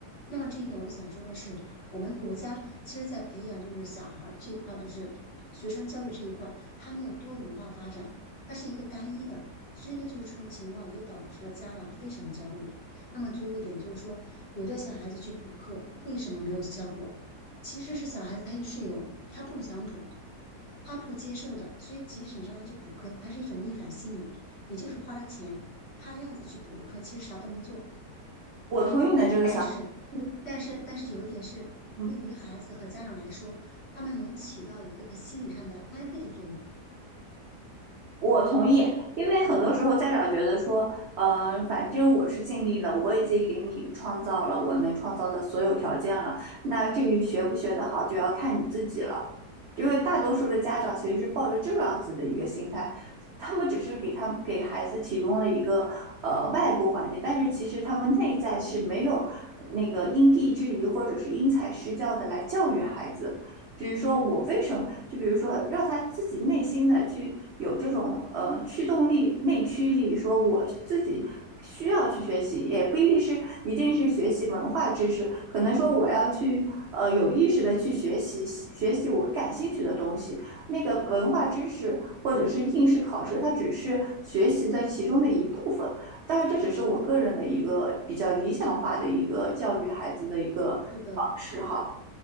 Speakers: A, on the left; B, on the right.
A: 那么这一点，我想说的是，我们国家其实在培养就是小孩儿这一块儿，就是学生教育这一块儿，它没有多元化发展，它是一个单一的，所以呢，就是这种情况也导致了家长非常的焦虑。那么最后一点就是说，有的小孩子去补课，为什么没有效果？其实是小孩子他有是有，他不想补，他不接受的，所以即使你让他去补课，他是一种逆反心理，你就是花了钱，看样子去补了课，其实啥都没做。
B: 我同意你的这个想法，
A: 但是，
B: 嗯
A: 但是，但是有一点是，
B: 嗯，
A: 对于孩子和家长来说，他们能起到一个心理上的安慰的作用。
B: 我同意，因为很多时候家长觉得说，呃，反正我是尽力了，我已经给你创造了我能创造的所有条件了，那至于学不学得好，就要看你自己了。因为大多数的家长其实是抱着这样子的一个心态，他们只是给他们给孩子提供了一个呃外部环境，但是其实他们内在是没有那个因地制宜或者是因材施教的来教育孩子。比如说我为什么，就比如说让他自己内心的去有这种呃驱动力、内驱力，说我自己需要去学习，也不一定是一定是学习文化知识，可能说我要去呃有意识的去学习学习我感兴趣的东西。那个文化知识或者是应试考试，它只是学习的其中的一部分。但是这只是我个人的一个比较理想化的一个教育孩子的一个方式哈。
A: 是的，